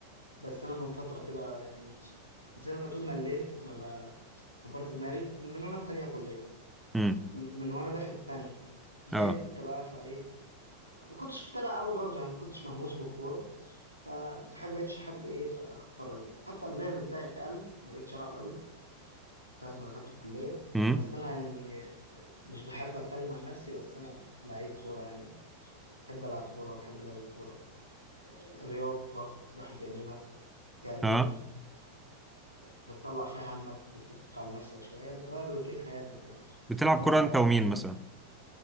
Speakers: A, on the right (about 85°); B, in the centre.
A: بس انا من فتره كده يعني زي ما تقول مليت ما ب- كبرت دماغي من, من وانا في تانية كليه
B: امم
A: من, من وانا داخل تانية زهقت
B: اه
A: بقى فايه ما كنتش متابع قوي برضه يعني ما كنتش مهووس بالكوره فبحب بقتش احب ايه اتفرج يعني. حتى اللعب بتاعي قل ما بقتش العب قوي ساعه ما دخلت الكليه
B: امم
A: بس انا يعني مش بحب اتكلم عن نفسي بس انا لعيب كوره يعني بحب العب كوره بحب لعب الكوره رياضة الواحد بيعملها جري
B: اه
A: يعني بتطلع فيها همك بتفك عن نفسك شوية بتغير روتين حياتك يعني
B: بتلعب
A: بحب ألعبها
B: كرة أنت ومين
A: بحب
B: مثلا؟